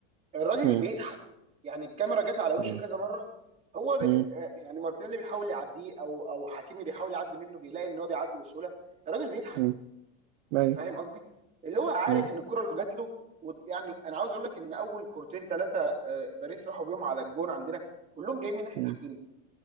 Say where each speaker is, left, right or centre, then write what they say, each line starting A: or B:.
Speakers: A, on the right (about 20°); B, on the right (about 60°).
A: الراجل
B: مم.
A: بيضحك يعني الكاميرا جت على وشه
B: مم.
A: كذا مره هو ب...
B: مم.
A: آه، يعني مارتينيلي بيحاول يعديه او او حكيمي بيحاول يعدي منه بيلاقي ان هو بيعدي بسهوله الراجل بيضحك
B: مم.
A: انت
B: ايوه
A: فاهم قصدي اللي هو عارف
B: مم.
A: ان الكره لو جات له و... يعني انا عاوز اقول لك ان اول كورتين ثلاثه باريس راحوا بيهم على الجون عندنا كلهم جايين من ناحيه
B: مم.
A: حكيمي